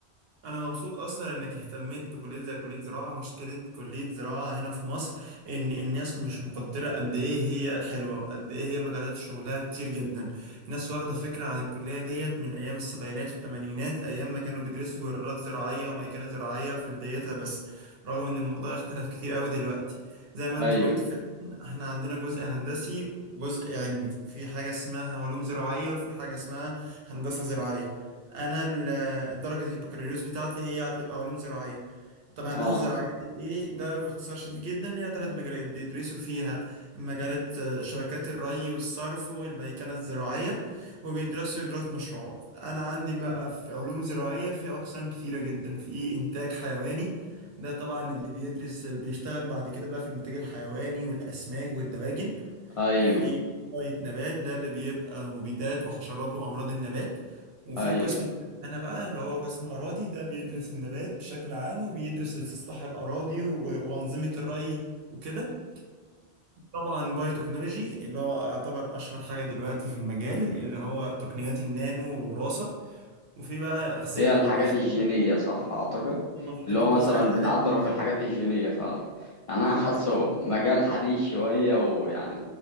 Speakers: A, on the right; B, on the left.
A: انا مبسوط اصلا انك اهتميت بكليه زي كليه زراعه مشكله كليه زراعه هنا في مصر ان الناس مش مقدره قد ايه هي حلوه وقد ايه هي مجالات شغلها كتير جدا الناس واخده فكره عن الكليه ديت من ايام السبعينات والثمانينات ايام ما كانوا بيدرسوا جرارات زراعيه وميكنه زراعيه في بدايتها بس رغم ان الموضوع اختلف كتير قوي دلوقتي زي ما
B: أيوه
A: انت قلت فعلا احنا عندنا جزء هندسي وجزء علمي في حاجه اسمها علوم زراعيه وفي حاجه اسمها هندسه زراعيه انا درجة البكالوريوس بتاعتي هي هتبقى علوم زراعية طب هندسة
B: أه
A: زراعية دي ايه ده باختصار شديد جدا ليها ثلاث مجالات بيدرسوا فيها مجالات آه، شبكات الري والصرف والميكنة الزراعية وبيدرسوا إدارة مشروعات أنا عندي بقى في علوم زراعية في أقسام كتيرة جدا في إنتاج حيواني ده طبعا اللي بيدرس بيشتغل بعد كده بقى في الإنتاج الحيواني والأسماك والدواجن
B: أيوه
A: في شوية نبات ده اللي بيبقى مبيدات وحشرات وأمراض النبات وفي
B: أيوه
A: القسم التاني أنا بقى اللي هو قسم أراضي ده بيدرس النبات بشكل عام وبيدرس استصلاح الأراضي و- وأنظمة الري وكده طبعا بايوتكنولوجي اللي هو يعتبر أشهر حاجة دلوقتي في المجال اللي هو تقنيات النانو والوراثة وفي بقى أغذية
B: هي الحاجات
A: اللي بيشتغلوا
B: الجينية صح أعتقد
A: المنظومات
B: اللي
A: اللي
B: هو
A: أنت
B: مثلا
A: سألت عليها
B: بتعدل
A: من شوية
B: في الحاجات الجينية فعلا يعني أنا
A: أيوة
B: حاسه
A: اللي أنت سألت عليها
B: مجال حديث شوية ويعني